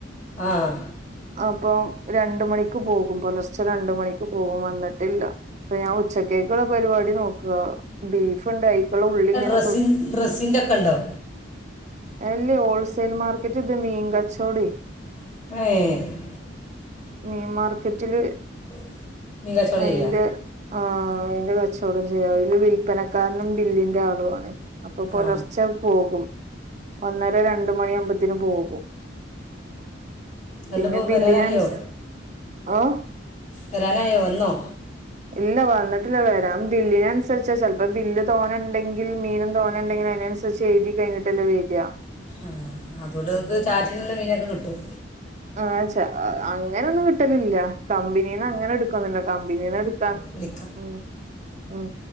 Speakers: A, on the left; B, on the right.
A: ആഹ്.
B: അപ്പം രണ്ട് മണിക്ക് പോകും. പൊലർച്ചെ രണ്ട് മണിക്ക് പോകും വന്നിട്ടില്ല. പ്പൊ ഞാ ഉച്ചക്കേക്കുള്ള പരിപാടി നോക്കാ. ബീഫ്ഇണ്ട് അയ്ക്കുള്ള ഉള്ളിങ്ങന
A: ഡ്രസിൻ, ഡ്രസ്സിന്റെക്കെണ്ടോ?
B: അല്ലേ ഹോൾസേൽ മാർക്കറ്റ് ഇത് മീൻ കച്ചോടേ.
A: ഏഹ്.
B: മീം മാർക്കെറ്റില്
A: <inaudible> കച്ചവടം
B: അയിന്റെ
A: ചെയ്യാം
B: ആഹ് അയിന്റെ കച്ചവടം ചെയ്യാ അയില് വില്പ്പന കാരണം ബില്ലിന്റെആളുആണ് അപ്പൊ പൊലർച്ച
A: ആ
B: പോകും. ഒന്നര ര ണ്ട് മണിയാവുമ്പത്തിന് പോകും
A: എന്നിട്ടിപ്പോൾ
B: പിന്നെ ബില്ലിയൻസ്
A: വരാനായോ
B: ഓഹ്.
A: വരാനായോ വന്നോ?
B: ഇല്ല വന്നിട്ടില്ല വരാം ബില്ലിനനുസരിച്ചാ ചെൽപ്പോ ബില്ല് തോനെണ്ടെങ്കിൽ മീനും തോനെണ്ടെങ്കി അയിനനുസ് രിച്ചെയ്തി കഴിഞ്ഞിട്ടല്ലെ വര്അ.
A: ആഹ് അതോണ്ട്ങ്ങക്ക് ചാറ്റിനുള്ള മീനൊക്കെ കിട്ടും.
B: ആഹ്ഛ അങ്ങനോന്നും കിട്ടലില്ല കമ്പിനീന്ന് അങ്ങനെ എടുക്കൊന്നൂല്ല. കമ്പനീന്ന് എടുക്കാ
A: വിളിക്ക
B: ഉം, ഉം.